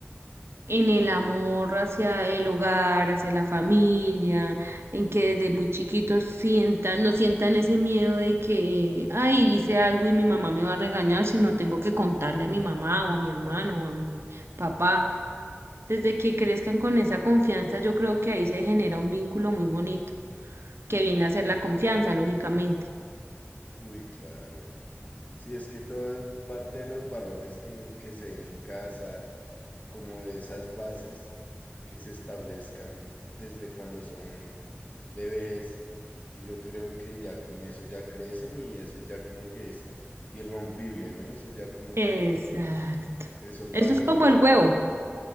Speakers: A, on the right (about 70°); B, on the left (about 35°).
A: en el amor hacia el hogar, hacia la familia, en que desde muy chiquitos sientan, no sientan ese miedo de que, ay, hice algo y mi mamá me va a regañar, sino tengo que contarle a mi mamá o a mi hermano o a mi papá. Desde que crezcan con esa confianza, yo creo que ahí se genera un vínculo muy bonito, que viene a ser la confianza, lógicamente.
B: Uy, claro. Sí, es que todo parte de los valores que, que se den en casa, como de esas bases que se establezcan desde cuando son bebés. Y yo creo que ya con eso ya crecen y eso ya como que es irrompible, ¿no? Eso ya como
A: Exacto.
B: que esos valores
A: Eso es como
B: ya
A: el
B: no
A: huevo.
B: los...